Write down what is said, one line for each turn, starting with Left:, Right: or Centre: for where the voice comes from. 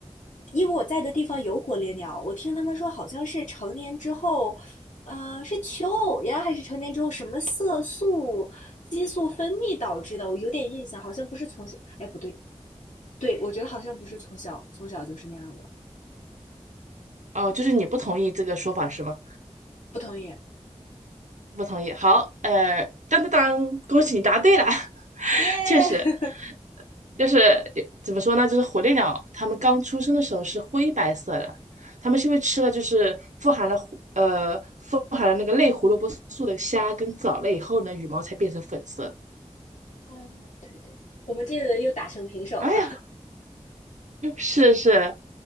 Left: 因为我在的地方有火烈鸟，我听他们说好像是成年之后，呃，是求偶呀，还是成年之后什么色素、激素分泌导致的？我有点印象，好像不是从小，哎，不对，对，我觉得好像不是从小，从小就是那样的。
Right: 哦，就是你不同意这个说法是吗？
Left: 不同意。
Right: 不同意。好，呃，当当当，恭喜你答对了。<laughs>
Left: 耶！
Right: 确实，
Left: <laughs>
Right: 就是怎么说呢？就是火烈鸟，它们刚出生的时候是灰白色的，它们是因为吃了就是富含了胡呃富含了那个类胡萝卜素的虾跟藻类以后呢，羽毛才变成粉色的。
Left: 啊，对对，我们这个又打成平手了，
Right: 哎呀，是是，